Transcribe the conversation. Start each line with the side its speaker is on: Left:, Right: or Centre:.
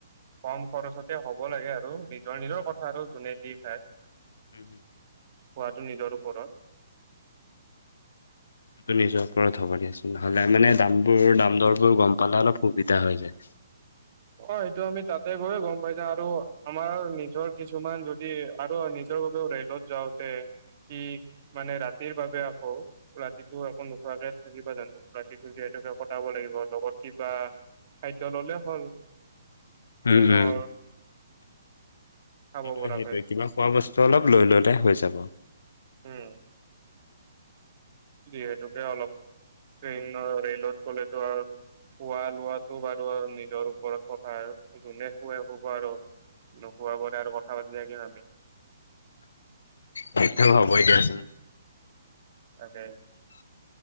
Right: কম খৰচতে হ'ব লাগে আৰু নিজৰ নিজৰ কথা আৰু যোনে যি খায়।
Left: হুম হুম।
Right: খোৱাাতটো নিজৰ ওপৰত।
Left: সটো নিজৰ ওপৰত হ'ব দিয়াচোন, নহ'লে মানে দাম বোৰ দাম দৰবোৰ গম পালে অলপ সুবিধা হৈ যায়।
Right: অ সটো আমি তাতে গৈয়ে গম পাইছা আৰু আমাৰ নিজৰ কিছুমান যদি আৰু নিজৰ বাবেও ৰাই। যত যাওঁতে কি মানে ৰাতিৰ বাবে আকৌ। ৰাতিটো আকৌ নোখোৱাকে থাকিবা জানো ৰাতিটো যিহেতুকে কটাব লাগিব, লগত কিবা খাদ্যয় ল'লে হ'ল, ট্ৰেইনৰ
Left: উম উম
Right: খাব
Left: সেইটোয়ে
Right: পৰাকৈ
Left: সেইটয়ে কিবা খোৱা বস্তু অলপ লৈ ললে হৈ যাব।
Right: উম। যিহেতুকে অলপ ট্ৰেনইৰ ৰেলত গলেতো আৰু খোৱা লোৱাতটো বাৰু আৰু নিজৰ ওপৰত কথা যোনে কুৱাই হ'ব আৰু। নোখোবোৰে আৰু কথা পাতি থাকিম আমি।
Left: সেইটো হ'ব দিয়া চোন।
Right: তাকে।